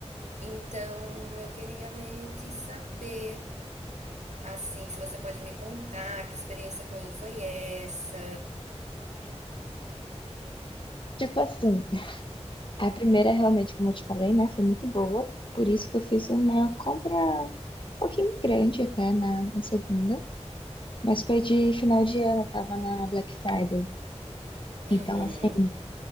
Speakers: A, on the right (about 85°); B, on the left (about 45°).
A: Então, eu queria meio que saber, assim, se você pode me contar que experiência ruim foi essa.
B: tipo assim, a primeira é realmente, como eu te falei, né, foi muito boa. Por isso que eu fiz uma compra um pouquinho grande até na, na segunda. Mas foi de final de ano, tava na Black Friday.
A: Uhum.
B: Então, assim,